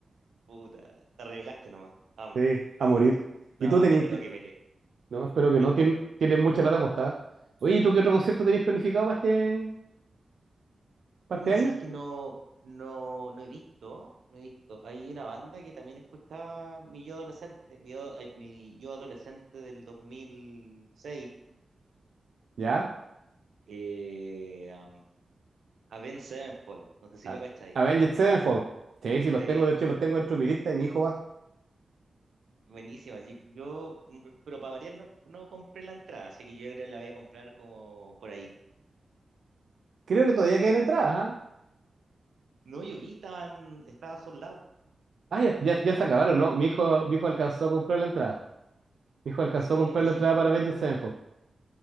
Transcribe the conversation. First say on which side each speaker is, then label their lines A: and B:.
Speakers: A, on the right; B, on the right.
A: Puta, te arriesgaste nomás. Vamos.
B: Sí, a morir.
A: No,
B: ¿Y tú tenés,
A: no creo
B: te-
A: que peleen.
B: no, espero
A: <laughs>
B: que no, tien- tienes mucha plata apostada. Oye, ¿y tú qué otro concierto tenéis planificado para este, para
A: Uh,
B: este año?
A: ¿sabéis que no, no, no he visto? No he visto. Hay una banda que también escuchaba mi yo adolescente, mi yo, ay, mi yo adolescente del 2006,
B: ¿Ya?
A: eh, um, Avenged Sevenfold. No sé si
B: A-
A: lo cacháis.
B: Avenged Sevenfold. Sí, sí, los
A: Sí,
B: tengo, de hecho los tengo dentro de mi lista y mi hijo va.
A: Buenísimas. Yo, yo, mm, pe- pero para variar no, no compré la entrada, así que yo creo que la voy a comprar como por ahí.
B: Creo que todavía quedan entradas, ¿ah?
A: No, yo vi, estaban, estaba sold out.
B: Ah, ya, ya,
A: Sí,
B: ya se acabaron, ¿no? Mi hijo, mi hijo alcanzó a comprar la entrada. Mi hijo alcanzó
A: sí,
B: a comprar
A: así
B: la entrada
A: que.
B: para Avengers Sevenfold.